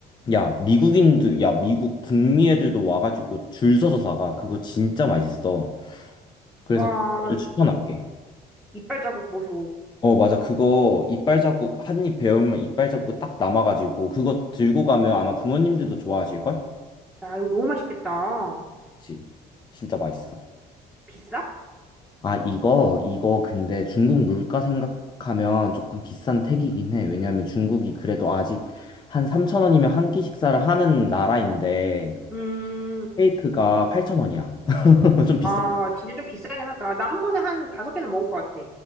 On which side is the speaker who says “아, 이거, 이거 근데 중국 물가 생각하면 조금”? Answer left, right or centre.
Left